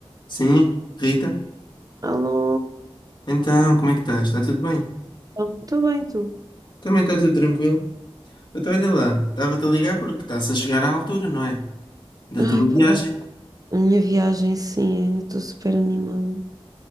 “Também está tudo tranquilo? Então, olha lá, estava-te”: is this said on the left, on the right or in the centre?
Left